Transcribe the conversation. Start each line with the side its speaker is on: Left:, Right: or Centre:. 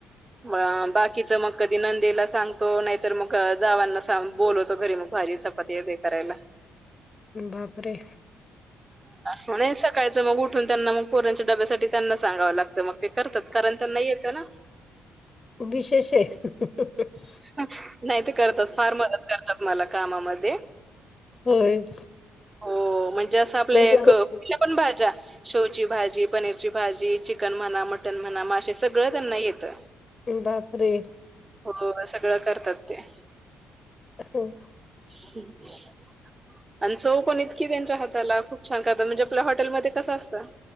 Right: अं बाकीच मग कधी नंदेला सांगतो नाईतर मग क जावांना सां बोलवतो घरी मग भाजी चपाती वगेरे करायला.
Left: बापरे.
Right: म्हणुन सकाळचं मग उठून त्यांना मग पोरांच्या डब्यासाठी त्यांना सांगावं लागतं मग ते करतात कारण त्यांना येतं ना.
Left: विशेष हे. <inaudible>
Right: नाही ते करतात, फार मदत करतात मला कामामध्ये.
Left: होय!
Right: हो म्हणजे असं आपले
Left: बापरे
Right: एक कुठल्या पण भाज्या. शेवची भाजी, पनीरची भाजी, चिकन म्हणा मटण म्हणा मासे सगळं त्यांना येतं.
Left: बापरे!
Right: हो सगळं करतात ते.
Left: <inaudible>
Right: <inaudible> आणि चव पण इतकी त्यांच्या हाताला खूप छान करतात, म्हणजे आपल हॉटेलमध्ये कसं असतं.